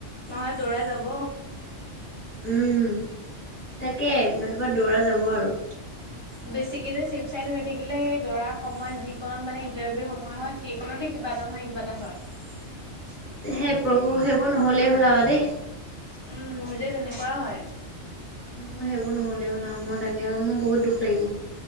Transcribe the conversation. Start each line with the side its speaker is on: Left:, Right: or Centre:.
Right: নহয় দৌৰাই যাব।
Left: উম। তাকে নতুবা দৌৰা যাব আৰু।
Right: বেছিকে যে চ চাই হৈ থাকিলে সেই দৰাৰ সময়ত যি কন মানে ইন্টাৰভিউ সময় হয় সেইকণতে কিবা এটা নহয় কিবা এটা হয়। <unintelligible>
Left: সেই প্ৰভু সেইবোৰ নহ'লেই হ'ল আৰু দেই।
Right: উম মোৰ যে তেনেকুৱা হয়।
Left: অ সেইবোৰ নহলে ব'লা মই তাকে। স মোৰ বহুত দুখ লাগিব।